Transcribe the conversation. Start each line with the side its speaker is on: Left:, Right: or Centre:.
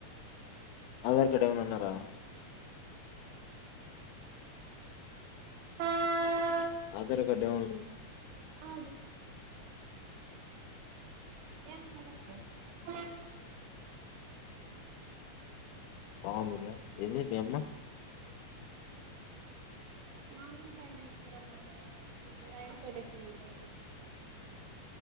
Left: ఆధార్ కార్డ్ ఏమైనా ఉన్నారా
Right: ఆ
Left: ఆధార్ కార్డ్ డౌన్లోడ్
Right: ఆ <inaudible>
Left: బాగుందిగా ఏంది మీ అమ్మ
Right: మాడిమాకాయలు తీసుకురమ్మని టైమ్ కి వచేసింది బస్సు